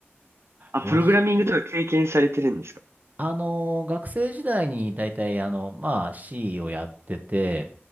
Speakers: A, on the right; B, on the right.
A: あ、
B: ロジ
A: プログラミングとか経験されてるんですか
B: あの、学生時代に大体、あの、まあ、C をやってて、